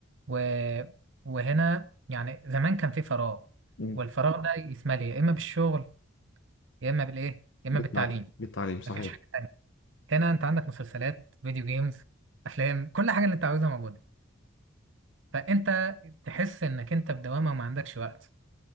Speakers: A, on the right (about 65°); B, on the left (about 65°).
A: و... وهنا يعني زمان كان في فراغ
B: مم.
A: والفراغ ده يتملي يا اما بالشغل يا اما بالايه يا اما
B: بالتع-
A: بالتعليم
B: بالتعليم صحيح
A: مفيش حاجه تانية هنا انت عندك مسلسلات فيديو جيمز افلام كل حاجه اللي انت عاوزها موجوده فانت تحس انك انت في دوامه وما عندكش وقت